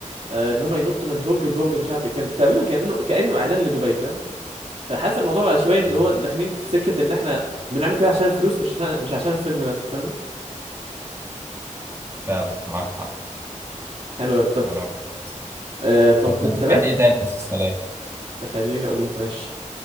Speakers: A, on the right (about 55°); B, on the right (about 20°).
A: آه، ان هم ينطوا من برج لبرج مش عارف ايه كان تقريبا كانه كانه اعلان لدبي فاهم فحاسس الموضوع بقى شويه ان
B: ايوه
A: هو داخلين في سكه ان احنا بنعمل كده عشان فلوس مش عشان مش عشان الفيلم نفسه فاهمني
B: فعلا معاك حق
A: حلو أوي. طب
B: كلام كويس.
A: آه، طب
B: انت
A: كنت
B: تابعت
A: تابعت
B: ايه تاني مسلسلات
A: خليني اقول لك ماشي